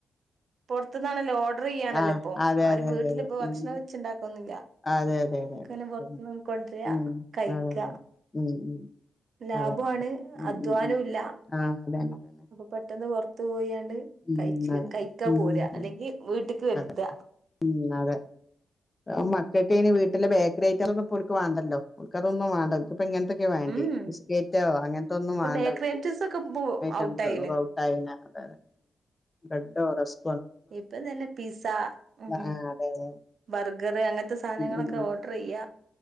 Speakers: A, on the right; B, on the left.
A: പൊർത്ത്ന്നാണല്ലോ ഓർഡറെയ്യാണല്ലൊപ്പൊ
B: ആഹ് അതെ
A: ആരും
B: അതെ
A: വീട്ടിലിപ്പൊ
B: അതെ അതെ
A: ഭക്ഷണം
B: ഉം
A: വെച്ചിണ്ടാക്കൊന്നുല്ല
B: അതെ അതെ അതെ
A: ഒക്കങ്ങനെ
B: അതെ
A: പൊർത്ത്ന്ന്
B: ശരിയാണ്
A: കൊണ്ട്രാ
B: ഉം
A: കയിക്ക
B: അതെ അതെ ഉം ഉം
A: ലാഭു
B: അതെ
A: ആണ്
B: ഉം
A: അധ്വാനുല്ല
B: ഉം ഉം ആഹ് അതന്നെ അതന്നെ
A: അപ്പൊ പെട്ടെന്ന് പൊർത്ത് പോയാണ്ട്
B: ഉം
A: കയിച്ച്
B: അതന്നെ
A: കയിക്കാ
B: ഉം
A: പോര അല്ലെങ്കി
B: അതന്നെ
A: വീട്ടക്ക് വര്ത്ത
B: അതെ ഉം അതെ ഏ മക്കൾക്കയ്ന് വീട്ടിലെ ബേക്കറി ഐറ്റാളൊന്നു പ്പോൽക്ക് വാണ്ടല്ലോ ഓൽക്കതൊന്നും വാണ്ട ഇപ്പങ്ങൻത്തൊക്കെ വേണ്ടി
A: ഉം
B: ബിസ്കേറ്റോ അങ്ങൻത്തൊന്നും
A: ഇപ്പൊ
B: വാണ്ടോൽക്ക്
A: ബേക്കറി ഐറ്റംസ് ഒക്കെ ഇപ്പൊ
B: ഐറ്റംസ്
A: ഔട്ടായിന്
B: ഔട്ടായിന അത ബ്രഡോ റസ്
A: ഇപ്പം തന്നെ പിസ ഉം
B: ആഹ് അതെ അതെ
A: ബർഗറ് അങ്ങൻത്തെ സാനങ്ങളൊക്കെ
B: ഉം ഉം
A: ഓർഡറെയ്യാ